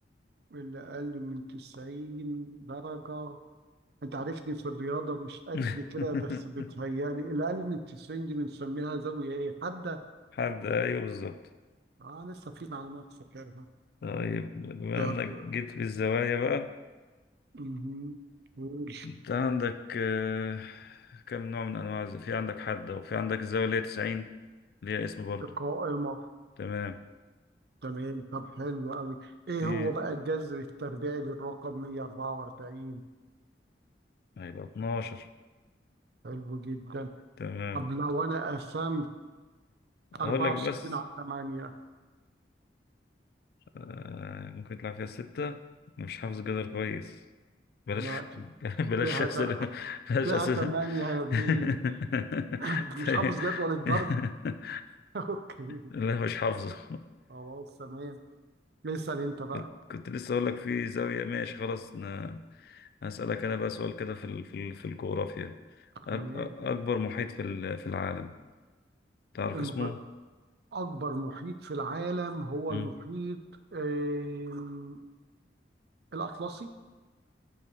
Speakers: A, on the right; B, on the left.
A: اللي اقل من 90 درجه انت عارفني في الرياضه مش قد
B: <laughs>
A: كده بس بتهيالي اللي اقل من 90 دي بنسميها زاويه ايه حاده
B: حد أيوه بالظبط
A: اه لسه في معلومات فاكرها
B: طيب بما
A: طب
B: إنك جيت في الزوايا بقى
A: مهم. قول
B: أنت عندك آه، كم نوع من أنواع الز- في عندك حدة وفي عندك الزاوية اللي هي 90 ليها اسم برضو
A: قائمه
B: تمام
A: تمام طب حلو قوي ايه
B: في
A: هو بقى الجذر التربيعي للرقم 144
B: هيبقى 12
A: حلو جدا
B: تمام
A: طب لو انا قسمت
B: أقول
A: 64
B: لك بس
A: على 8
B: آه، ممكن يطلع فيها ستة مش حافظ جدر كويس بلاش
A: لا
B: <laughs> بلاش
A: فيها
B: أسئلة
A: ت...
B: بلاش
A: فيها
B: أسئلة
A: 8 يا بيه
B: <laughs>
A: <clears throat> <coughs> مش
B: طيب.
A: حافظ جدول الضرب
B: <laughs> لا
A: <laughs> اوكي
B: لا، مش حافظه
A: خلاص تمام اسأل انت بقى
B: كنت كنت لسه أقول لك في زاوية ماشي خلاص أنا هسألك أنا بقى سؤال كده في ال... في ال... في الجغرافيا أك...
A: تمام
B: أكبر محيط في ال... في العالم تعرف
A: المح...
B: اسمه؟
A: اكبر محيط في العالم هو
B: مم.
A: المحيط آم، الاطلسي